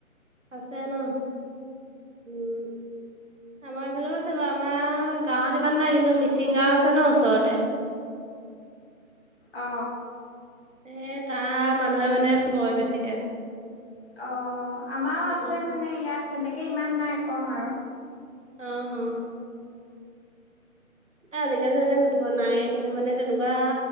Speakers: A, on the right (about 60°); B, on the left (about 45°).
A: আছে ন উম আমাৰ ফালেও আছে বাৰু আমাৰ গাঁৱত ইমান নাই কিন্তু মিচিং গাঁও আছে ন ওচৰতে।
B: অ
A: এ তাৰ মানুহে মানে বয় বেছিকে।
B: অঁ আমাৰও
A: উম
B: আছে মানে ইয়াত তেনেকে ইমান বেছি নাই ক'ম আৰু।
A: অ অ এ আজিকালি তে নথোৱা নাই মানে তেনেকুৱা